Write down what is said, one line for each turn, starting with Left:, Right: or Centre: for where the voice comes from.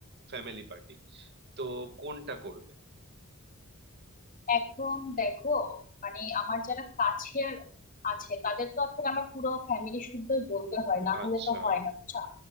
Right: ফ্যামিলি পার্টি তো কোনটা করবে
Left: এখন দেখো মানে আমার যারা কাছের আছে তাদের তো আসলে আমার পুরো ফ্যামিলি শুদ্ধই বলতে হয় না
Right: আচ্ছা
Left: হলে তো হয় না বুঝছো?